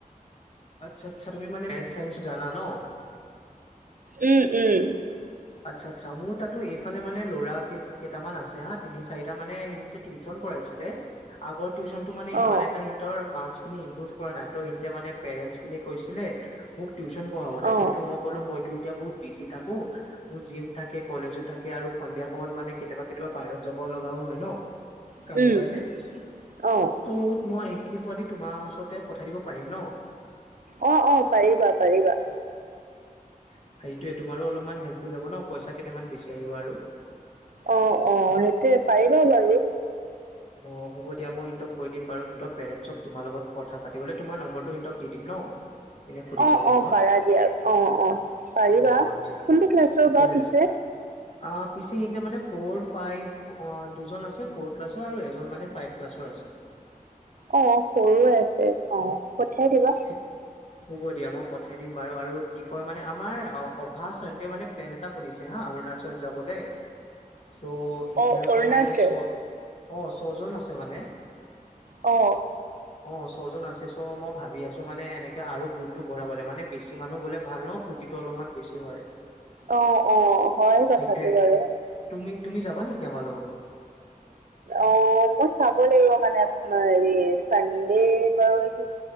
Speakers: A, on the left; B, on the right.
A: আচ্ছা আচ্ছা তোমি মানে মেথতচ-ছাইন্ঞ্চ জানা ন?
B: উম, উম।
A: আচ্ছা আচ্ছা মোৰ তাতো এইফালে মানে ল'ৰা কেইটামান আছে হা তিনি চাৰিটা মানে টিউশচন কৰাইছিলে, আগৰ টিউশচন ত মানে
B: অ',
A: ইমান এটা সিহৰ মাস্ক খিনি ইম্প্ৰুভ কৰা নাই, ত সিহতে মানে পেৰেণ্ট খিনি কৈছিলে মোক টিউশচন পঢ়াবলৈ,
B: অ',
A: কিন্তু মই ক'লো মইতো এতিয়া বহুত বিজি থাকো, মোৰ জিম থাকে, কলেজো থাকে আৰু সন্ধিয়া সময়ত মানে কেতিয়াবা কেতিয়াবা বাহিৰত যাব লগাও হয় ন। কামৰ
B: উম,
A: কাৰণে, ত
B: অ',
A: মই এইখিনি পোৱালি তোমাৰ ওচৰতে পঠাই দিব পাৰিম ন?
B: অঁ, অঁ পাৰিবা পাৰিবা।
A: সেইটোয়ে তোমাৰো অলপমান হেল্প হৈ যাব ন, পইচা কেইটামান বেছি আহিব আৰু।
B: অ অ সেইটোয়ে পাৰিব বাৰু।
A: অ হ'ব দিয়া মই সিহঁতক কৈ দিম বাৰু, সিহঁত পেৰেণ্টছক তোমাৰ লগত কথা পাতিব তোমাৰ নম্বৰটো সিহতক দিম ন? এনে সুধি
B: অ
A: চাব
B: অ
A: তোমাক
B: পাৰা দিয়াক, অ অ পাৰিবা
A: অ ঠিকেই
B: কোনটো ক্লাছৰ
A: ঠিকে
B: বা
A: আছে
B: পিছে?
A: অ পিছে হিতে মানে ফ'ৰ, ফাইভ অ দুজন আছে ফৰ ক্লাছ ত আৰু এজন মানে ফাইভ ক্লাছৰ আছে।
B: অ সৰুৱে আছে অ পঠিয়াই দিবা।
A: ঠিক হ'ব দিয়া মই পঠাই দিম বাৰু আৰু কি কয় মানে আমাৰ অহা চানডে মানে প্লেন এটা বনিছে হা, অৰুণাচল যাবলে চ' এতিয়ালৈকে
B: অ', অৰুণাচল
A: মানে ছ অ ছজন আছে মানে।
B: অ।
A: অ ছজন আছে চ মই ভাব ভাবি আছো মানে এনেকে আৰু গ্ৰুতটো ভৰাবলে, মানে বেছি মানুহ গ'লে ভাল ন ফূৰ্তিটো অলপমান বেছি হয়।
B: অ অ হয় কথাটো
A: সেইটোৱে
B: বাৰু।
A: তুমি তুমি যাব নেকি আমাৰ লগত?
B: অ মই চাব লাগিব মানে হেৰি চানডে বাৰু এইটো <unintelligible>